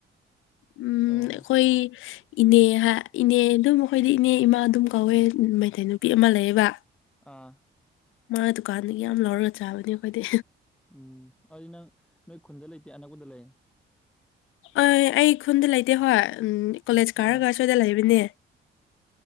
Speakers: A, on the left; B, in the centre.
A: ꯎꯝ
B: ꯑꯣ
A: ꯑꯩꯈꯣꯏ ꯏꯅꯦ ꯍꯥꯏ ꯏꯅꯦ ꯑꯗꯨꯝ ꯑꯩꯈꯣꯏꯗꯤ ꯏꯅꯦ ꯏꯃꯥ ꯑꯗꯨꯝ ꯀꯧꯋꯦ ꯃꯩꯇꯩ ꯅꯨꯄꯤ ꯑꯃ ꯂꯩꯌꯦꯕ
B: ꯑꯥ
A: ꯃꯥ ꯗꯨꯀꯥꯟꯗꯒꯤ ꯌꯥꯝ ꯂꯧꯔꯒ ꯆꯥꯕꯅꯦ ꯑꯩꯈꯣꯏꯗꯤ
B: ꯎꯝ ꯑꯗꯨꯗꯤ ꯅꯪ ꯅꯣꯏ ꯈꯨꯟꯗ ꯂꯩꯇꯦ ꯑꯅꯛꯄꯗ ꯂꯩ
A: ꯑ ꯑꯩ ꯈꯨꯟꯗ ꯂꯩꯇꯦ ꯍꯣꯏ ꯎꯝ ꯀꯣꯂꯦꯖ
B: ꯑ
A: ꯀꯥꯔꯒ
B: ꯑꯣ
A: ꯁ꯭ꯋꯥꯏꯗ ꯂꯩꯕꯅꯦ